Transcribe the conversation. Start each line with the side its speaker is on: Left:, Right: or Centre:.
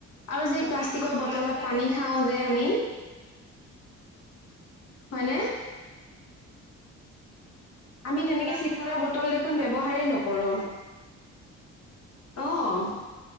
Left: আৰু যে
Right: বেমাৰ
Left: প্লাষ্টিকৰ
Right: বুলি ক'বলৈ
Left: বটলত
Right: আজিকালি
Left: পানী
Right: হক
Left: খাও যে
Right: অ।
Left: আমি হয়নে। আমি
Right: সেই
Left: তেনেকে
Right: প্লাষ্টিকৰ
Left: চিখৰৰ বটল দেখোন ব্যৱহাৰেই নকৰোঁ।
Right: অঁ অঁ
Left: অঁ।